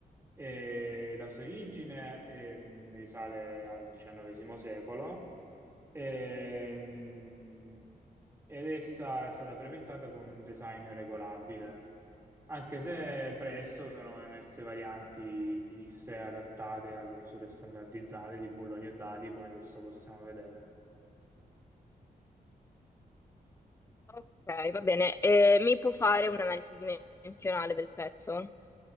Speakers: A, on the right; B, on the left.
A: Eh, la sua origine ehm, risale al XIX secolo ehm, ed essa è stata brevettata con un design regolabile, anche se presto sono emerse varianti fisse adattate alle misure standardizzate di bulloni e dadi, come adesso possiamo vedere.
B: Ok, va bene. Eh, mi può fare un'analisi dimensionale del pezzo?